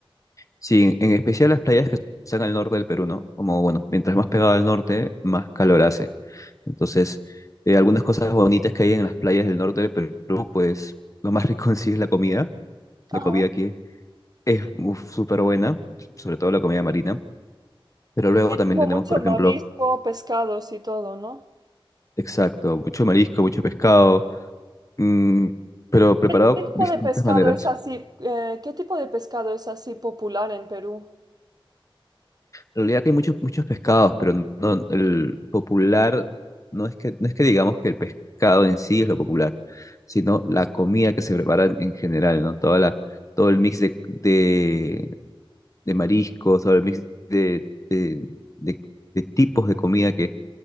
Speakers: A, on the left (about 35°); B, on the right (about 45°).
A: Sí, en especial las playas que están al norte del Perú, ¿no? Como, bueno, mientras más pegado al norte, más calor hace. Entonces, eh, algunas cosas bonitas que hay en las playas del norte del Perú, pues lo más rico en sí es la comida.
B: Ajá.
A: La comida aquí es uf, súper buena, sobre todo la comida marina. Pero luego
B: Es
A: también
B: como
A: tenemos,
B: mucho
A: por
B: marisco,
A: ejemplo,
B: pescados y todo, ¿no?
A: exacto, mucho marisco, mucho pescado, mm, pero preparado
B: ¿Qué, qué tipo
A: de distintas
B: de pescado
A: maneras.
B: es así? eh, ¿qué tipo de pescado es así popular en Perú?
A: En realidad que hay muchos, muchos pescados, pero no, el popular no es que, no es que digamos que el pescado en sí es lo popular, sino la comida que se prepara en en general, ¿no? Toda la, todo el mix de, de, de mariscos, todo el mix de, de, de- de tipos de comida que,